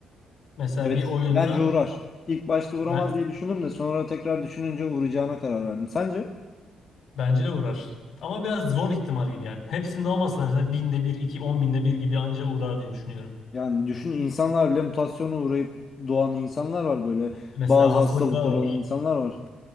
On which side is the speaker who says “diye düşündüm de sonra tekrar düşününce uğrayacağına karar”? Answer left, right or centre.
Left